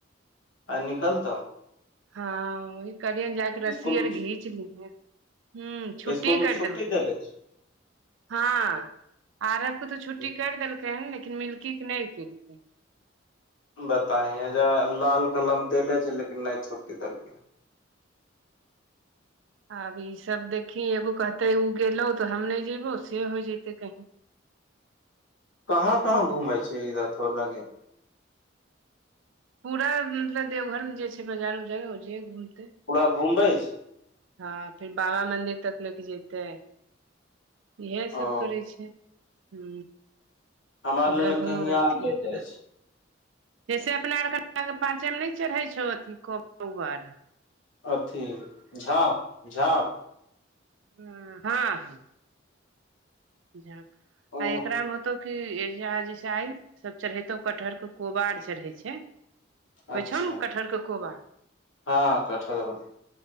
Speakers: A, on the left; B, on the right.
A: आइ निकलतौ
B: हँ करियन जाक रस्सी
A: स्कूल
B: आर घींच लीहे हूँ छुट्टी
A: स्कूल मे
B: कारि देलकै
A: देले
B: हँ आरब के तो छुट्टी
A: छै
B: करि देलकै हन लेकिन मिलकी के नै केलकै
A: बताए <unintelligible> लाल कलम देले छै लेकिन नै छुट्टी देलकै
B: आब ईसभ देखी एगो कहते ओ गेलो तऽ हम नहि जेयबौ से होय जते कही
A: कहाँ कहाँ घूमे छै इ रथो वला गे
B: पूरा मतलब देवघरमे जे छै बजार उजार ओ जे घूमतै
A: पूरा घुमबै छै
B: हँ फिर बाबा मंदिर तक ले के जेतेै इएहसभ
A: ओ
B: करै छै हू
A: हमरा
B: उएह
A: लेल
B: हलो
A: कहीं
B: रथ
A: आर ले
B: यात्रा
A: जाइ छै
B: जैसे अपना आरके पाँचे मे नहि चढ़ै छौ अथीर
A: अथी झाँप झाँप
B: हू हँ हँ झाँप
A: ओ
B: आ एकरा मे होतौ की जैसे आइ सब चढ़ैतो कटहर के कोबार आर चढ़ै छै
A: अच्छा
B: होइ छौ नऽ कटहरके कोौबा
A: हँ <unintelligible>